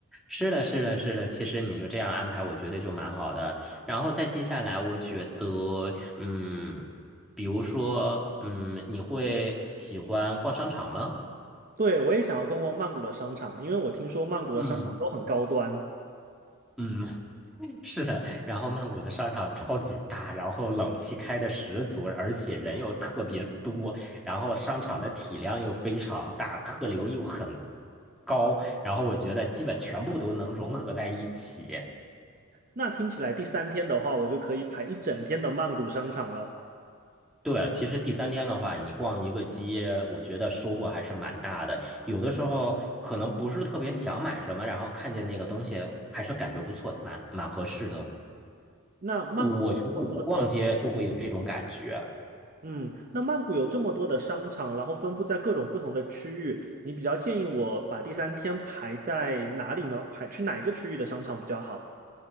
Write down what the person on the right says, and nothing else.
对，我也想要逛逛曼谷的商场，因为我听说曼谷的商场都很高端。
那听起来第三天的话，我就可以排一整天的曼谷商场了。
那曼谷有那么多的。
嗯，那曼谷有这么多的商场，然后分布在各种不同的区域，你比较建议我把第三天排在哪里呢？排去哪一个区域的商场比较好